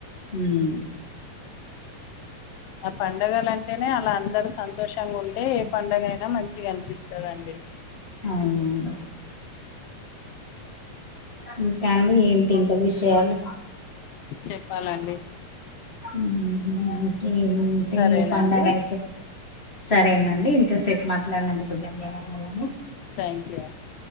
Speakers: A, on the left; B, on the left.
A: ఉమ్
B: అ పండగల అంటేనే అలా అందరు సంతోషంగు ఉంటే పండుగ అయినా మంచిగా అనిపిస్తాద అండి
A: అవునఅండి ఇంకా అండి ఏంటి ఇంకా విషయాలు
B: చెప్పాల అండి
A: ఉహు ఇంకేమ్ ఉంటయి
B: సరేనండి
A: పండగై సరేన అండి ఇంతసేపు మాట్లాడినందుకు ధన్యవాదాల అండి
B: థ్యాంక్యూ యూ అండి